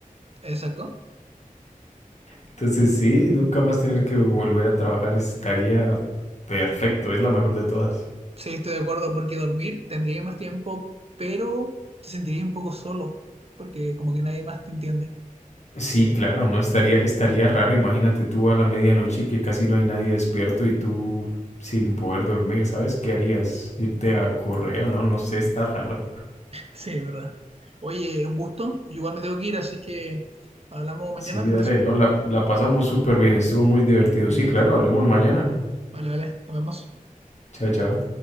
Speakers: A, on the right; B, on the left.
A: Exacto.
B: Entonces sí, nunca más tener que volver a trabajar estaría perfecto, es la mejor de todas.
A: Sí, estoy de acuerdo porque dormir tendría más tiempo, pero te sentiría un poco solo porque como que nadie más te entiende. Así
B: Sí,
A: que
B: claro, no estaría, estaría raro, imagínate tú a la medianoche que casi no hay nadie despierto y tú sin poder dormir, ¿sabes? ¿Qué harías? ¿Irte a correr? No, no sé, está raro.
A: Sí, es verdad. Oye, un gusto. Igual me tengo que ir, así que hablamos mañana,
B: Sí,
A: ¿te
B: dale,
A: parece?
B: no, la, la pasamos súper bien, estuvo muy divertido.
A: Sí,
B: Sí, claro, hablemos mañana.
A: vale, vale, nos vemos.
B: Chao, chao.